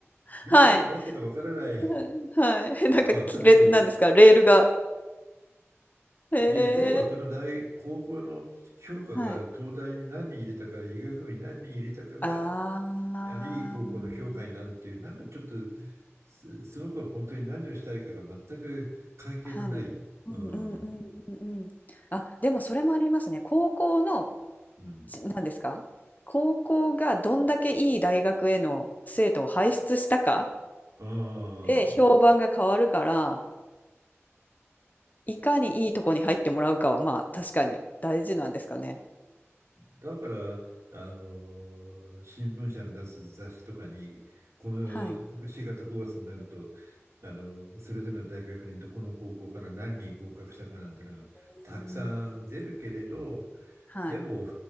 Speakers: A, on the right; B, on the left.
A: よくわ、
B: はい。
A: わけのわからない、
B: <laughs> はい。<laughs> なんか、
A: まあ確かに、
B: きれなんですか、レールが。へえ。
A: ゆ要はその大、高校の評価が東大に何人入れたか、
B: はい。
A: 医学部に何人入れたかが、
B: ああ。
A: あのいい高校の評価になるっていう、なんかちょっと、すその子は本当に何をしたいかが全く関係のない。
B: はい。うんうんうんうんうん。
A: うん。
B: あ、でもそれもありますね。高校の
A: うん。
B: ちなんですか高校がどんだけいい大学への生徒を輩出したか
A: ああ。
B: で評判が変わるから、いかにいいとこに入ってもらうかはまあ確かに大事なんですかね。
A: だから、あの、新聞社の出す雑誌とかに、この4月5月になると、
B: はい。
A: あの、それぞれの大学にどこの高校から何人合格したかなんてのがたくさん出るけれど、
B: うんはい。
A: でも、